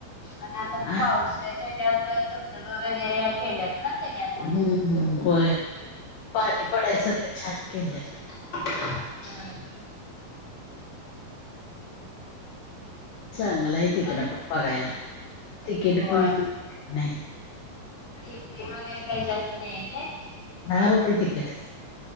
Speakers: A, on the left; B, on the left.
A: आणि आता
B: हा
A: पाऊस आहे. तेजात धबधब वगैरे केल्यात ना? त्याने आता.
B: हम्मम्! होय पाणी पडायसारखं छान केलंत.
A: हम <unintelligible>
B: चांगलय. तिकडं
A: आणि
B: पण बघायला तिकीट
A: होय
B: पण नाही.
A: तिकीट वगैरे काही जास्त नाही आहेे काय?
B: दहा रुपये टिकट.